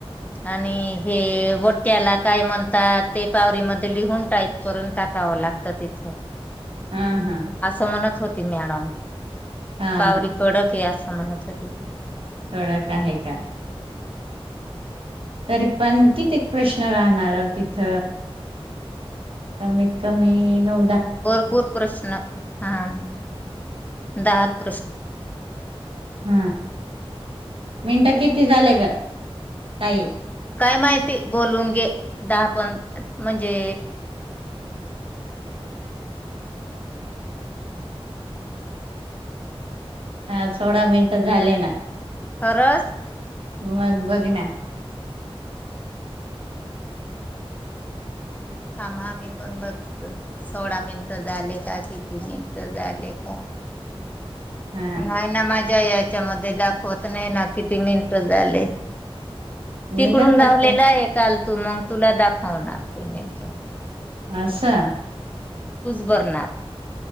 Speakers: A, on the left; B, on the right.
A: आणि हे बटट्याला काय म्हणतात, ते पावररीमध्ये लिहून टाईप करून टाकावं लागतं. तिथं
B: हा हा
A: असं म्हणत होत. ती मॅडम
B: हा
A: पावरी कडक हेस म्हणत होती ती
B: कडक आहे का? तरी पण किती प्रश्न राहणार तिथ, कमीत कमी न
A: बोरपूर प्रश्न आ दात
B: ह. मिनट किती झाले ग? काय?
A: काय माहिती? बोलून घे, दा पण. म्हणजे?
B: ह. सोळा मिनट झाले ना.
A: खरस.
B: मग बघ ना.
A: थाम्हा. आम्ही मी पण बघतो, सोळा मिनिटं झाले का किती मिनिटं झाले का?
B: हा
A: नाही ना, मजा या त्याच्यामध्ये दाखवत नाही ना, किती मिनट झाले? तिकडून
B: नाही दाखवत
A: लावलेला
B: का
A: आहे. काल तू मग तुला दाख होणार पेमेंट.
B: असं.
A: भरणार